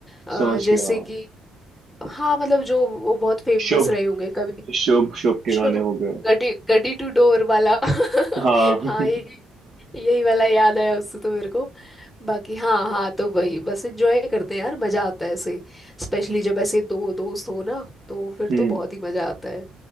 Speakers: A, in the centre; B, on the right (about 50°).
A: अ,
B: समझ
A: जैसे
B: गया
A: कि हाँ मतलब जो वो बहुत फेमस
B: शुभ
A: रहे होंगे कभी
B: शुभ शुभ के
A: शो
B: गाने हो गए
A: गडी गडी टू डोर वाला <laughs>
B: हाँ <laughs>
A: हाँ ये यही वाला याद आया उससे तो मेरे को बाकी हाँ हाँ तो वही बस एंजॉय करते हैं यार मजा आता है ऐसे स्पेशली जब ऐसे दो दोस्त हो ना तो फिर
B: हम्म
A: तो बहुत ही मजा आता है